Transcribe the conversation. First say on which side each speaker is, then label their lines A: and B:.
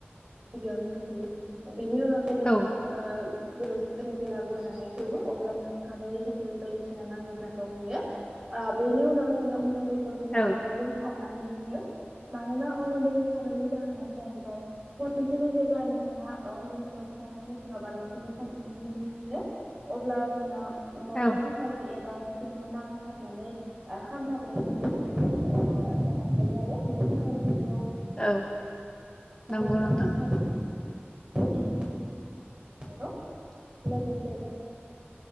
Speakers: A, on the right (about 30°); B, on the left (about 20°).
A: गिबियावनो होग्रोयो बिनि उनाव जेब्ला
B: औ
A: ओ‌ बे जों जेला गनानै दौवो अब्ला खारै संखै बायदिसिना नांगौखौ होयो बे बेनि उनाव जोंङो उन गुन्दैखौ जोंङो
B: औ
A: आखाइजों सारनानै होयो। मानोना अनगुन्दै सानायनि जाहोनानो जाहैबाय खनसेनो जेब्ला नोंथांङा अर गुन्दैखौ सारनानै होआबालासिनो कनसेनो लनानै होयो अब्ला दा जोंना लद्राखाखाय
B: औ
A: एबा सिंङाव नांथाबनानै खामथाबनायनि इसे अ म थ आरो बिावराव <inaudible>
B: औ। नंगौ
A: मोजाङै
B: नोंथां
A: थां <unintelligible>